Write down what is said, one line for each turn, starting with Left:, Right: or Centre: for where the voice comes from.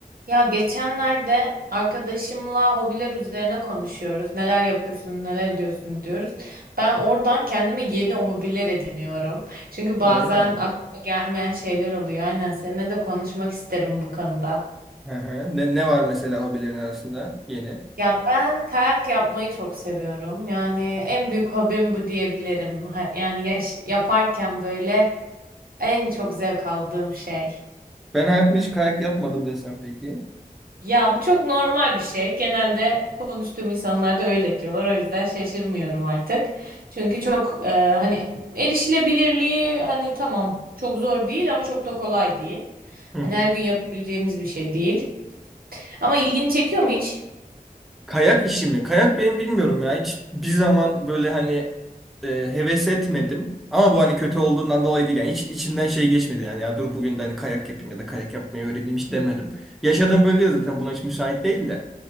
Right: Ya geçenlerde arkadaşımla hobiler üzerine konuşuyoruz. Neler yapıyorsun, neler ediyorsun diyoruz. Ben oradan kendime yeni hobiler ediniyorum. Çünkü
Centre: Öyle
Right: bazen
Centre: mi?
Right: aklıma gelmeyen şeyler oluyor. Aynen seninle de konuşmak isterim bu konuda.
Centre: Hı hı. Ne, ne var mesela hobilerin arasında yeni?
Right: Ya ben kayak yapmayı çok seviyorum. Yani en büyük hobim bu diyebilirim. Ha- Yani yaş- yaparken böyle en çok zevk aldığım şey.
Centre: Ben hayatımda hiç kayak yapmadım desem peki.
Right: Ya bu çok normal bir şey. Genelde konuştuğum insanlar da öyle diyorlar. O yüzden şaşırmıyorum artık. Çünkü çok e, hani erişilebilirliği hani tamam çok zor değil ama çok da kolay değil.
Centre: Hı
Right: Hani
Centre: hı.
Right: her gün yapabileceğimiz bir şey değil. Ama ilgini çekiyor mu hiç?
Centre: Kayak işi mi? Kayak benim bilmiyorum ya. Hiç bir zaman böyle hani e, heves etmedim. Ama bu hani kötü olduğundan dolayı değil. Yani hiç içimden şey geçmedi. Yani ya dur bugün de hani kayak yapayım ya da kayak yapmayı öğreneyim hiç
Right: Hı.
Centre: demedim. Yaşadığım bölge de zaten buna hiç müsait değil de.